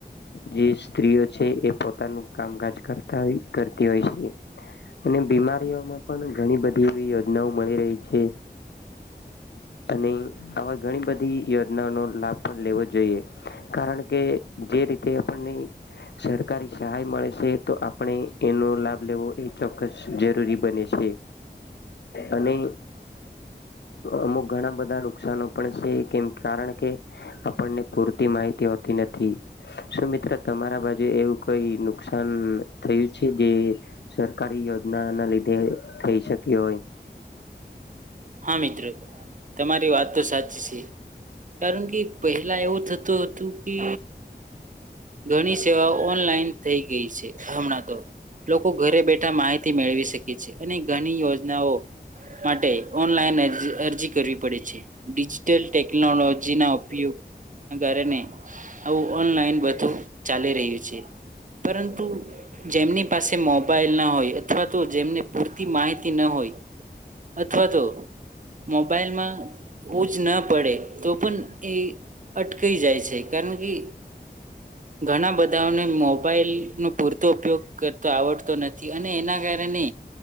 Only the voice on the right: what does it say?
હા મિત્રો તમારી વાત તો સાચી કારણ કે પહેલા એવું થતું હતું કે ઘણી સેવાઓ ઓનલાઈન થઈ ગઈ છે હમણાં તો લોકો ઘરે બેઠા માહિતી મેળવી શકે છે અને ઘણી યોજનાઓ માટે ઓનલાઈન અ અરજી કરવી પડે છે ડિજિટલ ટેકનોલોજી ના ઉપયોગ કારણે આવું ઓનલાઈન બધું ચાલી રહ્યું છે પરંતુ જેમની પાસે મોબાઈલ ના હોય અથવા તો જેમને પૂરતી માહિતી ના હોય અથવા તો મોબાઈલમાં હુજ ન પડે તો પણ એ અટકીઈ જાય છે કારણ કે ઘણા બધાઓને મોબાઈલનો પૂરતો ઉપયોગ કરતો આવડતો નથી અને એના કારણે